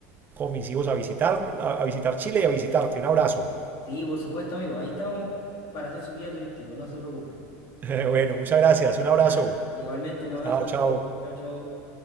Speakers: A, on the right; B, on the left.
A: con mis hijos a visitar, a a visitar Chile y a visitarte. Un abrazo.
B: Sí, por supuesto, amigo. Ahí estamos para hacer su guía turístico, no se preocupe.
A: <laughs> Bueno, muchas gracias. Un abrazo.
B: Ya, igualmente un abrazo,
A: Chao,
B: amigo.
A: chao.
B: Chao, chao.